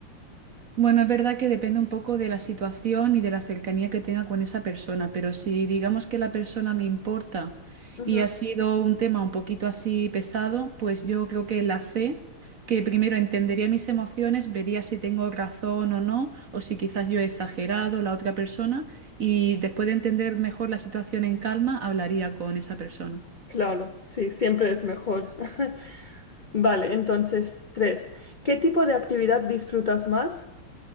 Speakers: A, on the right; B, on the left.
A: Bueno, es verdad que depende un poco de la situación y de la cercanía que tenga con esa persona, pero si digamos que la persona me importa
B: Ujú.
A: y ha sido un tema un poquito así pesado, pues yo creo que la C, que primero entendería mis emociones, vería si tengo razón o no, o si quizás yo he exagerado la otra persona, y después de entender mejor la situación en calma, hablaría con esa persona.
B: Claro, sí, siempre es mejor. <laughs> Vale, entonces, tres. ¿Qué tipo de actividad disfrutas más?